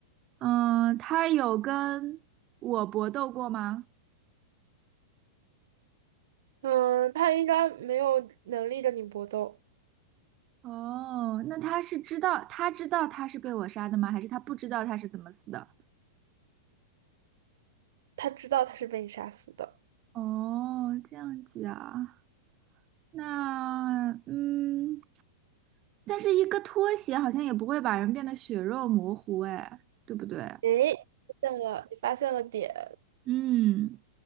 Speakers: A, on the right; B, on the right.
A: 嗯、他有跟我搏斗过吗？
B: 嗯，他应该没有能力跟你搏斗，
A: 哦，那他是知道，他知道他是被我杀的吗？还是他不知道他是怎么死的？
B: 他知道他是被你杀死的。
A: 哦，这样子啊，那嗯，但是一个拖鞋好像也不会把人变得血肉模糊，哎，对不对？
B: 诶，发现了，你发现了点，
A: 嗯，